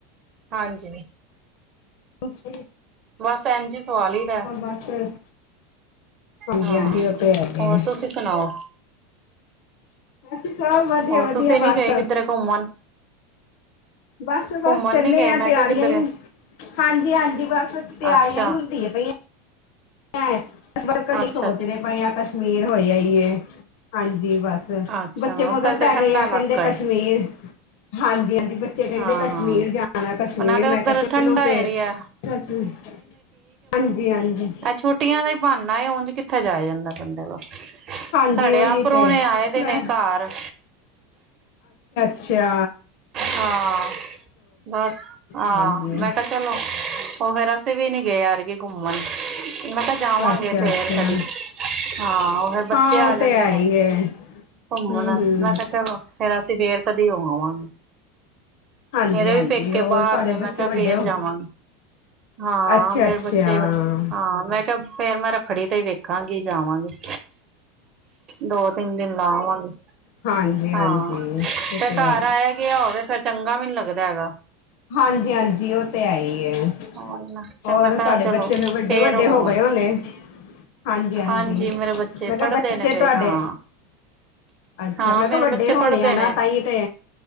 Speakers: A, on the right; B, on the left.
A: ਹਾਂਜੀ।
B: <unintelligible>
A: ਬਸ ਐਂਝ ਈ ਸਵਾ ਲਈ ਦੈ।
B: ਬਸ ਹਾਂਜੀ
A: ਹਾਂ,
B: ਹਾਂਜੀ ਉਹ ਤੇ ਹੈਗੇ
A: ਹੋਰ
B: ਆ
A: ਤੁਸੀ ਸੁਣਾਔ?
B: <unintelligible> ਵਧੀਆ
A: ਹੋਰ
B: ਵਧੀਆ
A: ਤੁਸੀ ਨੀ
B: ਬਸ
A: ਗਏ ਕਿੱਧਰੇ ਘੁੰਮਣ?
B: ਬਸ, ਬਸ
A: ਘੁੰਮਣ
B: ਚੱਲੇ
A: ਨੀ ਗਏ
B: ਆ
A: ਮੈਂ
B: ਤਿਆਰੀਆਂ
A: ਕਿਹਾ ਕਿੱਧਰੇ
B: ਹੀ ਹਾਂਜੀ-ਹਾਂਜੀ ਬਸ ਤਿਆਰੀਆਂ
A: ਅੱਛਾ
B: ਈ ਹੁੰਦੀਆਂ ਪਈਐਂ। <unintelligible> ਬਸ-ਬਸ ਕੋਸ਼ ਨੀ
A: ਅੱਛਾ
B: ਸੋਚਦੇ
A: ਅੱਛਾ
B: ਪਏ ਆਂ ਕੋਛ। ਕਸ਼ਮੀਰ ਹੋਈ ਆਈਏ, ਹਾਂ ਜੀ ਬਸ,
A: ਅੱਛਾ
B: ਬੱਚੇ
A: ਉੱਧਰ
B: ਮਗਰ
A: ਤੇ
B: ਪੈ
A: ਠੰਡਾ
B: ਗਏ ਆ।
A: ਇਲਾਕਾ
B: ਕਇੰਦੇ ਕਸ਼ਮੀਰ
A: ਏ
B: ਹਾਂਜੀ-ਹਾਂਜੀ। ਬੱਚੇ ਕਇੰਦੇ
A: ਹਾਂ
B: ਕਸ਼ਮੀਰ
A: ਹਾਂ
B: ਜਾਣਾ ਕਸ਼ਮੀਰ,
A: ਨਾਲੇ
B: ਮੈਂ
A: ਉੱਧਰ
B: ਕਿਆ ਚਲੋ
A: ਠੰਡਾ
B: ਫੇਰ
A: ਏਰੀਆ
B: ਕਸਮੀ, ਹਾਂਜੀ-ਹਾਂਜੀ।
A: ਐ ਛੋਟੀਆਂ ਦਾ ਈ ਬਾਂਨਾ ਏ ਉਂਝ ਕਿੱਥੇ ਜਾਯਾ ਜਾਂਦੈ ਬੰਦਾ। ਅ
B: ਹਾਂਜੀ
A: ਸਾਡੇ
B: ਉਹੀ
A: ਆਪ ਪ੍ਰੋਨੇ
B: ਤੇ
A: ਆਏ ਦੇ
B: ਮੈਂ
A: ਨੇ ਘਾਰ।
B: ਛਾ।
A: ਹਾਂ, ਬਸ ਹਾਂ,
B: ਹਾਂਜੀ
A: ਮੈਂ ਕਿਆ ਚਲੋ। ਔ ਫੇਰ ਅਸੀ ਵੀ ਨੀ ਗਏ ਆਰਗੇ ਘੁੰਮਣ। ਮੈਂ ਕਿਆ ਜਾਵਾਂਗੇ
B: ਅੱਛਾ
A: ਫੇਰ
B: ਅੱਛਾ
A: ਕਦੀ। ਹਾਂ, ਔ ਫਿਰ ਬੱਚੇ
B: ਹਾਂ
A: ਆ
B: ਉਹ ਤੇ
A: ਜਾਂਦੇ
B: ਹੈ
A: ਨੇ,
B: ਹੀ ਹੈ
A: ਘੁੰਮਣ।
B: ਹਮ ਹਮ
A: ਮੈਂ ਕਿਆ ਚਲੋ ਫੇ ਤੇ ਫੇਰ ਕਦੀ ਹੋ ਆਵਾਂ
B: ਹਾਂਜੀ
A: ਮੇਰੇ
B: ਹਾਂਜੀ
A: ਵੀ ਪੇਕੇ
B: ਹੋਰ
A: ਬਾਰ
B: ਤੁਹਾਡੇ
A: ਨੇ ਮੈਂ
B: ਬੱਚੇ
A: ਕਿਆ
B: ਵੱਡੇ
A: ਫੇਰ
B: ਹੋ
A: ਜਾਵਾਂਗੀ। ਹਾਂ,
B: ਅੱਛਾ
A: ਮੇਰੇ
B: ਅੱਛਾ
A: ਬੱਚੇ
B: ਹਾਂ
A: ਵੱ, ਹਾਂ, ਮੈਂ ਕਿਆ ਫੇਰ ਮੈਂ ਰੱਖੜੀ ਤੇ ਈ ਵੇਖਾਂਗੀ, ਜਾਵਾਂਗੀ। ਦੋ-ਤਿੰਨ ਦਿਨ ਲਾਵਾਂਗੀ।
B: ਹਾਂਜੀ
A: ਹਾਂ
B: ਹਾਂਜੀ ਉਹ
A: ਤੇ ਘਾਰ
B: ਹੈ
A: ਆਇਆ ਗਿਆ ਹੋਵੇ ਫੇਰ ਚੰਗਾ ਵੀ ਨੀ ਲੱਗਦ ਹੈਗਾ।
B: ਹਾਂਜੀ-ਹਾਂਜੀ ਔ ਤੇ ਹੈ ਈ ਏ।
A: ਉਹੀ ਨਾ ਤੇ
B: ਹੋਰ
A: ਮੈਂ ਕਿਹਾ
B: ਤਾਡੇ
A: ਚਲੋ
B: ਬੱਚੇ ਫੇਰ ਵੱਡੇ-ਵੱਡੇ
A: ਉਹ
B: ਹੋ
A: ਹੁਣ
B: ਗਏ ਹੋਣੇ? ਹਾਂਜੀ-ਹਾਂਜੀ।
A: ਹਾਂਜੀ ਮੇਰੇ ਬੱਚੇ
B: ਮੈਂ ਕਿਆ
A: ਪੜ੍ਹਦੇ
B: ਬੱਚੇ
A: ਨੇ ਪਏ
B: ਤੁਆਡੇ,
A: ਹਾਂ
B: ਅੱਛਾ
A: ਹਾਂ
B: ਮੈਂ
A: ਮੇਰੇ
B: ਕਿਆ ਵੱਡੇ
A: ਬੱਚੇ
B: ਹੋਣੇ
A: ਪੜ੍ਹਦੇ
B: ਆ ਨਾ,
A: ਨੇ
B: ਤਾ ਈ ਤੇ